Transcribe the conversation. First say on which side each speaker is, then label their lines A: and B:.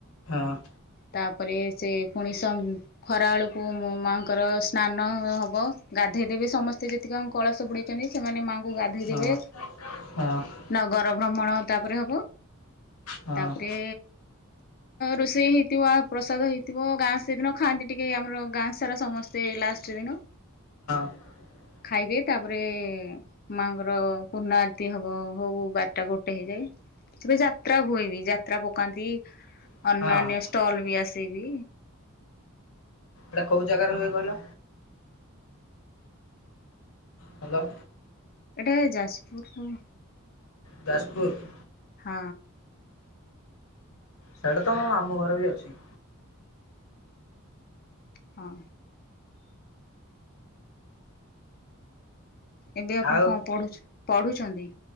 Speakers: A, on the left; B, on the left.
A: ହଁ
B: ତାପରେ ସେ ପୁଣି ସ ଖରାବେଳକୁ ମୋ ମାଙ୍କର ସ୍ନାନ ହବ ଗାଧେଇ ଦେଵେ ସମସ୍ତେ ସେ ଯେତିକ ଆଙ୍କ କଳସ ବୁଡ଼େଇଛନ୍ତି ସେମାନେ ମାଆଙ୍କୁ ଗାଧେଇ
A: ହଁ
B: ଦେବେ।
A: ହଁ ହଁ। ହଁ
B: ନଗର ଭ୍ରମଣ ତାପରେ ହବ
A: ହଁ ହଁ
B: ତାପରେ ରୋଷେଇ ହେଇଥିବା ପ୍ରସାଦ ହେଇ ଥିବ ଗାଁ ସେଦିନ ଖାଆନ୍ତି ଟିକେ ଆମର ଗାଁ ସାରା ସମସ୍ତେ ଲାଷ୍ଟ ଦିନ
A: <inaudible>
B: ଖାଇବେ ତାପରେ ମାଙ୍କର ପୂର୍ଣ୍ଣ ଆରତି ହବ। ହଉ ହଉ ବାରଟା ଗୋଟେ ହେଇଯାଏ। ସେବେ ଯାତ୍ରା ହୁଏ ବି। ଯାତ୍ରା ପକାନ୍ତି
A: ଏଇଟା
B: ଅନ୍ୟାନ୍ୟ ଷ୍ଟଲ ବି ଆସେବି।
A: ଏଟା କୋଉ ଜାଗାରେ ହୁଏ କହିଲ? ହ୍ୟାଲୋ।
B: ଏଟା ଯାଜପୁରରୁ।
A: ଯାଜପୁର୍।
B: ହଁ।
A: ସେଇଟା ତ ମୋ ମାମୁଁ ଘର ବି ଅଛି।
B: ହଁ। ଏବେ ଆପଣ
A: ଆଉ
B: କଣ ପଢୁ ପଢୁଛନ୍ତି?